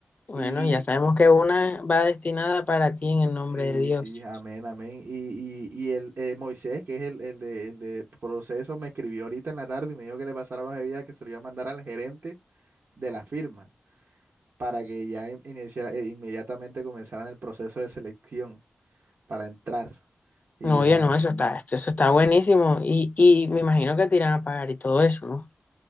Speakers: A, on the left (about 40°); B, on the right (about 60°).
A: Bueno,
B: Y
A: ya sabemos que una va destinada para ti en el nombre
B: sí,
A: de Dios.
B: sí, amén, amén. Y, y, y el eh, Moisés, que es el, el de, el de proceso, me escribió ahorita en la tarde y me dijo que le pasara los OGB que se lo iba a mandar al gerente de la firma. para que ya in- inicia- eh, inmediatamente comenzaran el proceso de selección para entrar. Y
A: No,
B: yo,
A: oye,
B: ah,
A: no, eso está, eso está buenísimo. Y, y me imagino que te irán a pagar y todo eso, ¿no?